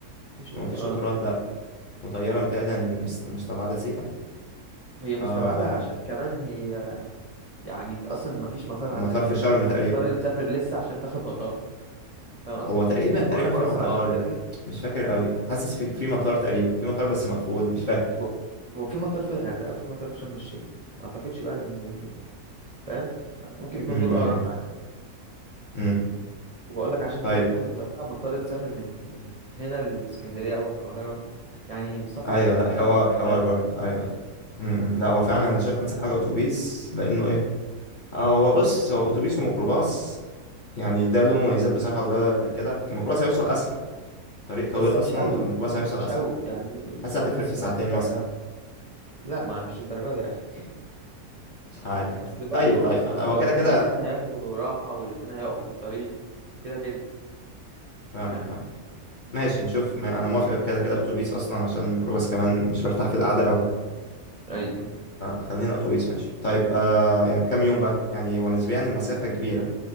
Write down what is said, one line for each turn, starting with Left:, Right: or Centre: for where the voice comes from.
Right: مفيش
Left: مفيش
Right: قطار اه
Left: قطارات لأ وطيارة متهيألي هن- مست- مستبعدة سيكا
Right: هي مستبعده
Left: آه...
Right: عشان كمان هي يعني انت اصلا مفيش مطار
Left: مطار
Right: عندك
Left: في
Right: هنا
Left: شرم تقريبا
Right: او مضطر تسافر لسه عشان تاخد مطار فاهم قصدي
Left: هو تقريبا
Right: وم-
Left: تقريبا
Right: واصلا
Left: في مطار
Right: عشان تركب
Left: مش فاكر قوي حاسس في في مطار تقريبا في مطار بس مقفول مش فاكر
Right: و- هو في مطار في الغردقة وفي مطار في شرم الشيخ ما اعتقدش بقى ان في ال- فاهم ممكن يكون
Left: امم
Right: دول اقرب حاجة
Left: امم
Right: وبقول لك عشان
Left: طيب
Right: تروح تاخد الطيارة مضطر تسافر من من هنا للإسكندرية او القاهرة يعني سفر
Left: ايوه
Right: يعني
Left: لا حوار
Right: لا
Left: حوار
Right: تعب
Left: برضه ايوه امم لا هو فعلا انا شايف انسب حاجه اتوبيس لانه ايه آه، هو بص هو اتوبيس وميكروباص يعني ده له مميزات بصراحه وده اللي كده الميكروباص هيوصل اسرع طريق طويل
Right: بس
Left: اصلا
Right: مش قوي
Left: فالميكروباص هيوصل
Right: مش
Left: اسرع
Right: قوي يعني مش
Left: حاسس هتفرق
Right: حاسس
Left: في ساعتين
Right: ان مفيش فرق
Left: مثلا
Right: أوي. لا ما مش الدرجة دي يا اخي <laughs>
Left: مش عارف
Right: اصل
Left: <laughs>
Right: برضو
Left: طيب طيب
Right: اصل
Left: هو
Right: برضو
Left: كده كده
Right: الاتنين هياخدوا راحة والاتنين هيقفوا في الطريق كده كده
Left: فاهمك
Right: فاهم
Left: فاهم ماشي نشوف
Right: مم.
Left: ما انا موافق كده كده اتوبيس اصلا عشان الميكروباص كمان مش برتاح في القعده قوي.
Right: ايوه
Left: خلينا اتوبيس ماشي طيب آه يعني كام يوم بقى يعني ونسبيا المسافه كبيره